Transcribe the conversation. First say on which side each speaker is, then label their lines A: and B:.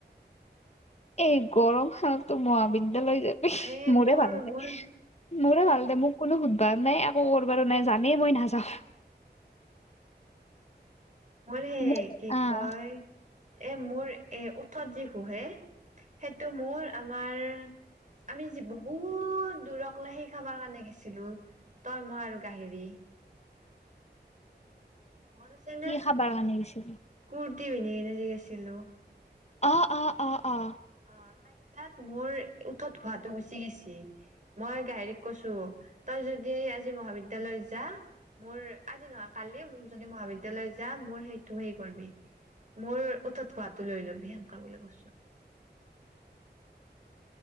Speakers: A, on the left (about 35°); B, on the right (about 45°).
A: এই গৰম হালতো মহাবিদ্যালয়
B: উম
A: যাবি
B: এ
A: মোৰে
B: মোৰ
A: ভাল দে
B: মোৰ
A: মোৰে ভাল দে মোক কোনো সুধবা নাই একো কৰিবলে নাই জানেই মই নাযাওঁ
B: <unintelligible> মোৰ হেই
A: মোক
B: কি
A: আহ
B: কয় এ মোৰ এ ত যি শুহে সেইটো মোৰ আমাৰ আমি যি বহুত দূৰক লৈ সেই খাবাৰ কাৰণে গেছিলো তই মই আৰু গাহৰী মন আছে
A: কি
B: ন
A: খাবাৰ কাৰণে গৈছিলো
B: কুৰ্তি পিন্ধি কিনে যে গেছিলো
A: অ অ অ অ
B: অ ত তাত মোৰ উঠত খোৱাতো গুচি গৈছে মই গাহঙৰিক কৈছো তই যদি আজি মহাবিদ্যালয় যা মোৰ আজি নহয় কালি যদি মহাবিদ্যালয় য যাম মোৰ সেইটো হেই কৰিবি মোৰ উঠত খোৱাটো লৈ লবি সেনকা বুলি কৈছো।